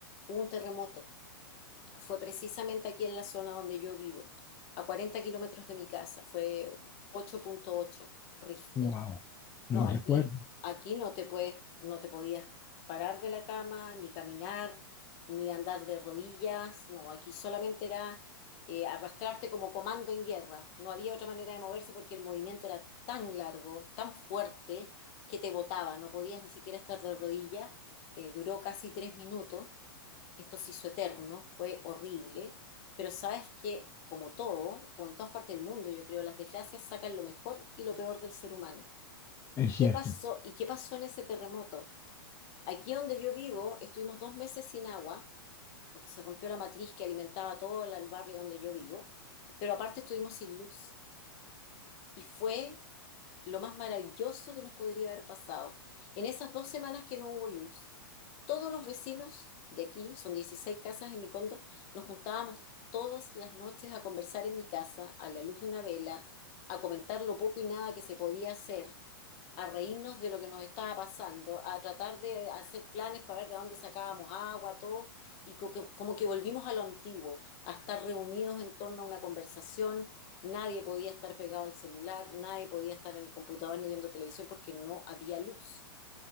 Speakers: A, on the left; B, on the left.
A: hubo un terremoto. fue precisamente aquí en la zona donde yo vivo, a 40 kilómetros de mi casa, fue 8.8 Richter.
B: wow,
A: No,
B: lo recuerdo,
A: aquí, aquí no te puedes, no te podías parar de la cama, ni caminar, ni andar de rodillas, no, aquí solamente era eh, arrastrarte como comando en guerra, no había otra manera de moverse porque el movimiento era tan largo, tan fuerte, que te botaba, no podías ni siquiera estar de rodillas, Eh, duró casi tres minutos esto se hizo eterno, fue horrible, pero sabes que, como todo, como en todas partes del mundo, yo creo, las desgracias sacan lo mejor y lo peor del ser humano.
B: es
A: ¿Y qué
B: cierto,
A: pasó? ¿Y qué pasó en ese terremoto? Aquí donde yo vivo, estuvimos dos meses sin agua, porque se rompió la matriz que alimentaba todo la- el barrio donde yo vivo, pero aparte estuvimos sin luz y fue lo más maravilloso que nos podría haber pasado. En esas dos semanas que no hubo luz, todos los vecinos de aquí, son 16 casas en mi condo, nos juntábamos todas las noches a conversar en mi casa a la luz de una vela, a comentar lo poco y nada que se podía hacer, a reírnos de lo que nos estaba pasando, a tratar de hacer planes para ver de dónde sacábamos agua, todo, y co- que- como que volvimos a lo antiguo, a estar reunidos en torno a una conversación Nadie podía estar pegado al celular, nadie podía estar al computador ni viendo televisión porque no había luz.